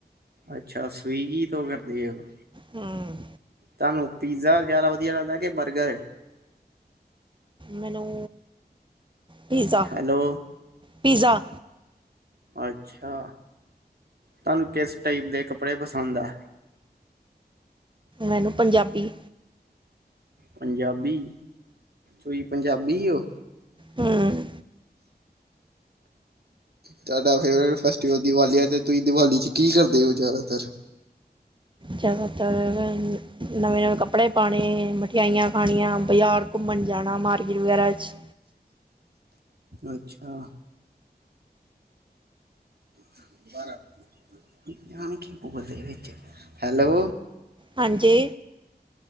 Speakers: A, on the right; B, on the right.
A: ਅੱਛਾ ਸਵੀਗੀ ਤੋਂ ਕਰਦੇ ਹੋ
B: ਹੂੰ
A: ਤੁਹਾਨੂੰ ਪੀਜ਼ਾ ਜ਼ਿਆਦਾ ਵਧੀਆ ਲੱਗਦਾ ਕੇ ਬਰਗਰ
B: ਮੈਨੂੰ ਪੀਜ਼ਾ
A: ਹੈਲੋ
B: ਪੀਜ਼ਾ
A: ਅੱਛਾ ਤੁਹਾਨੂੰ ਕਿਸ ਟਾਈਪ ਦੇ ਕੱਪੜੇ ਪਸੰਦ ਐ
B: ਮੈਨੂੰ ਪੰਜਾਬੀ
A: ਪੰਜਾਬੀ ਤੁਹੀ ਪੰਜਾਬੀ ਹੋ
B: ਹਮ
A: ਤੁਹਾਡਾ ਫੇਵਰੇਟ ਫੈਸਟੀਵਲ ਦੀਵਾਲੀ ਆ ਤੇ ਤੁਹੀ ਦਿਵਾਲੀ ਚ ਕੀ ਕਰਦੇ ਹੋ ਜ਼ਿਆਦਾਤਰ
B: ਜਿਆਦਾਤਰ ਨਵੇਂ ਨਵੇਂ ਕੱਪ ਕੱਪੜੇ ਪਾਣੇ ਮਠਿਆਈਆਂ ਖਾਣੀਆਂ ਬਜਾਰ ਘੁੰਮਣ ਜਾਣਾ ਮਾਰਕਿਟ ਵਗੈਰਾ ਚ
A: ਅੱਛਾ <unintelligible> ਹੈਲੋ
B: ਹਾਂਜੀ